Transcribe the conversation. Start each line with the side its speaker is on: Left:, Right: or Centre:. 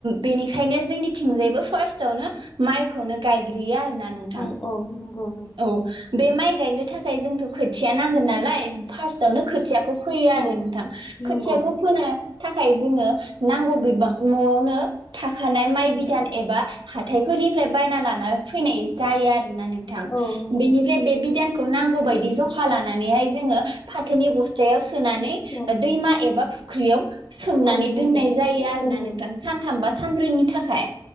Right: बेनिखायनो जोंनिथिंजायबो फार्स्टआवनो माइखौनो गायग्रोयो ना नोंथां
Left: औ औ नंगौ
Right: औ बे माइ गायनो थाखाय जोंथ' खोथिया नांगोन नालाय फार्स्टआवनो खोथियाखौ फोयो आरो
Left: औ
Right: नोंथां खोथियाखौ
Left: नंगौ
Right: फोनो थाखाय जोङो नांगौ बिबां न'आवनो थाखानाय माइ
Left: नंगौ
Right: बिदान एबा हाथायफोरनिफ्राय बायना लाना फैनाय जायो आरोना नों थां
Left: औ नंगौ
Right: बेनिफ्राय बे बिदान खौ नांगौ बायदि जखा लानानैहाय जोङो फाथोनि बस्थायाव सोनानै
Left: नंगौ औ
Right: ओ
Left: नंगौ
Right: दैमा एबा फु ख्रिआव सोमनानै
Left: औ नंगौ
Right: दोननाय जायो आरोना
Left: नंगौ
Right: नोंथां सानथामबा सानब्रैनि थाखाय